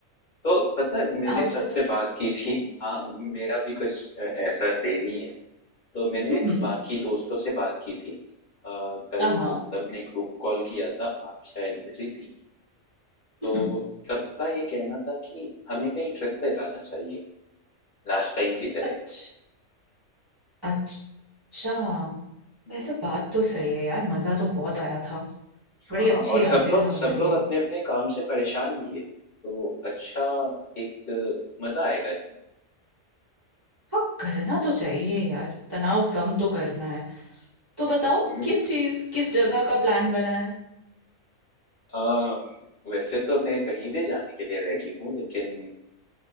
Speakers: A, on the left; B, on the right.
A: तो पता है मैंने
B: आप
A: सबसे
B: बत
A: बात की थी हाँ मेरा भी कुछ अ, ऐसा सेम ही है तो मैंने
B: हम्म
A: बाकी दोस्तों से बात की थी अ, कल
B: हाँ हाँ,
A: सबने ग्रुप कॉल किया था आप शायद बिजी थी तो
B: हम्म
A: सबका ये कहना था कि हमें कहीं ट्रिप पे जाना चाहिए लास्ट टाइम की तरह
B: अच्छा अच्छा
A: हम्म,
B: वैसे बात तो सही है यार मजा तो बहुत आया था बड़ी
A: हाँ,
B: अच्छी
A: और
B: यादें
A: सब लोग
B: हैं हमारी
A: सब लोग अपने-अपने काम से परेशान भी है। तो अच्छा एक मज़ा आएगा इसमें।
B: हाँ करना तो चाहिए यार तनाव कम तो करना है तो बताओ
A: हुँ।
B: किस चीज किस जगह का प्लान बना है
A: अ, वैसे तो मैं कहीं भी जाने के लिए रेडी हूँ लेकिन